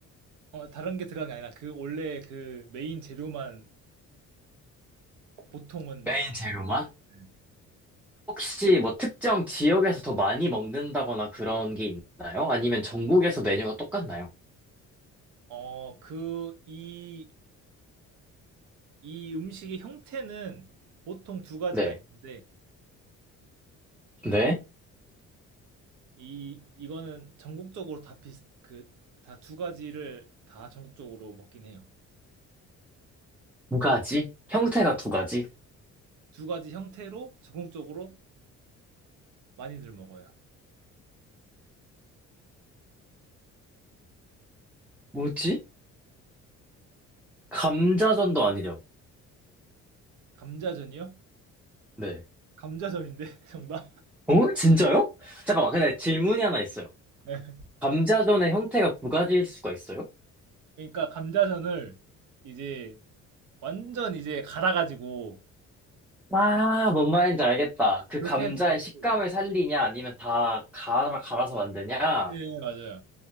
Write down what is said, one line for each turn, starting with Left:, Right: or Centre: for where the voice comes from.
Right: 어, 다른 게 들어간 게 아니라 그 원래 그 메인 재료만 보통은
Centre: 메인 재료만?
Right: 네.
Centre: 혹시 뭐 특정 지역에서 더 많이 먹는다거나 그런 게 있나요? 아니면 전국에서 메뉴가 똑같나요?
Right: 어, 그 이 이 음식의 형태는 보통 두 가지가
Centre: 네.
Right: 있는데 근데
Centre: 네.
Right: 이 이거는 전국적으로 다 비슷 그다 두 가지를 다 전국적으로 먹긴 해요.
Centre: 두 가지? 형태가
Right: 네.
Centre: 두 가지?
Right: 두 가지 형태로 전국적으로 많이들 먹어요.
Centre: 뭐지? 감자전도 아니죠?
Right: 감자전이요?
Centre: 네.
Right: 감자전인데 <laughs> 정답?
Centre: 어? 진짜요? 잠깐만, 근데 질문이 하나 있어요.
Right: 네.
Centre: 감자전의 형태가 두 가지일 수가 있어요?
Right: 그러니까 감자전을 이제 완전 이제 갈아가지고
Centre: 아, 뭔 말인지 알겠다. 그
Right: 그렇게
Centre: 감자의
Right: 해도 되고.
Centre: 식감을 살리냐, 아니면 다 갈아, 갈아서 만드냐?
Right: 네, 맞아요.